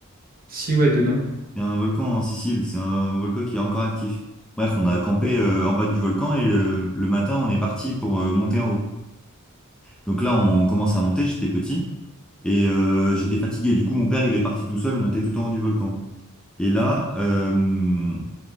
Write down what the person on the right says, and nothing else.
Si, ouais, de non.